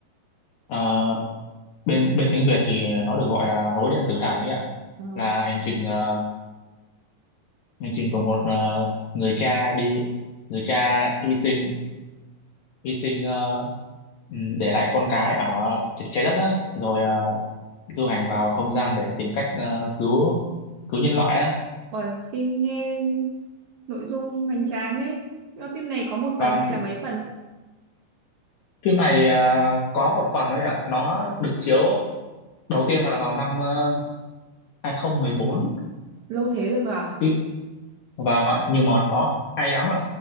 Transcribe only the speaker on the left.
ờ, bên bên tiếng Việt thì nó được gọi là hố đen tử thần ấy ạ.
Là hành trình ờ, hành trình của một ờ, người cha đi người cha hy sinh hy sinh ờ, ừm, để lại con cái ở tr- trái đất đó rồi ờ, du hành vào không gian để tìm cách ờ, cứu cứu nhân loại á.
Vâng,
Phim này à, có một phần thôi ạ, Nó
được chiếu đầu tiên là vào năm uh, 2014.
Ý, Vâng ạ, nhưng mà nó hay lắm ạ.